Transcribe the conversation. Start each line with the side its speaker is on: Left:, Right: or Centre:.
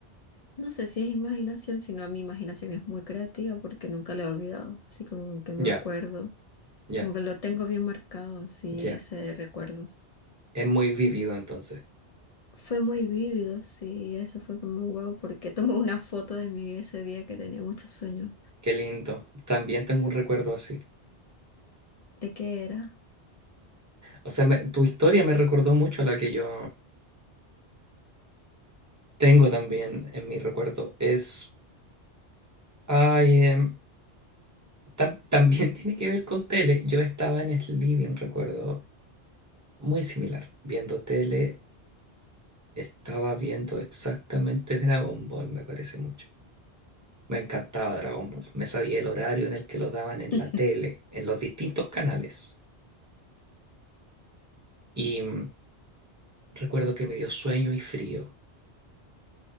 Left: No sé si es imaginación, sino mi imaginación es muy creativa porque nunca la he olvidado. Así como que me
Right: Ya,
Left: acuerdo,
Right: ya,
Left: como que lo tengo bien marcado, sí,
Right: ya.
Left: ese recuerdo.
Right: Es muy vivido entonces.
Left: Fue muy vívido, sí, eso fue como wow, porque <laughs> tomé una foto de mí ese día que tenía muchos sueños.
Right: Qué lindo. También tengo
Left: S-
Right: un recuerdo así.
Left: ¿De qué era?
Right: O sea, me- tu historia me recordó mucho a la que yo Tengo también en mi recuerdo. Es. Ay, em, tam- también <laughs> tiene que ver con tele. Yo estaba en el living, recuerdo, muy similar. Viendo tele, estaba viendo exactamente Dragon Ball, me parece mucho. Me encantaba Dragon Ball. Me sabía el horario en el que lo daban en
Left: <laughs>
Right: la tele, en los distintos canales. Y mm, recuerdo que me dio sueño y frío.